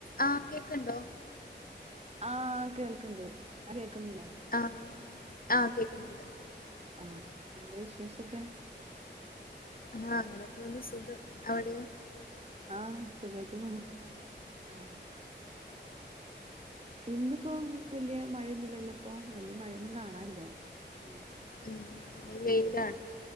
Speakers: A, on the left (about 50°); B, on the right (about 35°).
A: ആഹ് കേക്ക്ൺണ്ടൊ
B: ആഹ് കേൾക്ക്ൺണ്ട് കേക്കുന്നില്ലെ
A: ആഹ് ആഹ് കേക്ക്ന്നുണ്ട്
B: ആഹ് എന്താ വിശേഷൊക്കെ
A: ആഹ് അങ്ങനെ പോവുന്നു സുഖം അവിടെയോ
B: ആഹ് സുഖായിട്ട് പോണു ആഹ് ഇന്നിപ്പോ വല്യെ മഴയൊന്നുല്ലലൊ ഇപ്പൊ വല്യെ മഴൊന്നും കാണാനില്ല ആഹ്
A: ഉം ഇവ്ടെ വെയിലാണ്